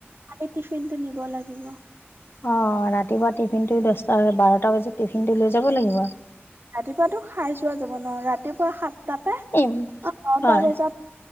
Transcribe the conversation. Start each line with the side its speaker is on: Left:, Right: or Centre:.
Right: খালি টিফিন টো নিব লাগিব৷
Left: অ ৰাতিপুৱা টিফিনটো দছটা বাৰটা বজাত টিফিনটো লৈ যাব লাগিব৷
Right: ৰাতিপুৱাতটো খাই যোৱা যাব ন ৰাতিপুৱা সাত তাতে
Left: ইম
Right: অঁ নটা
Left: হয়
Right: বজাৰ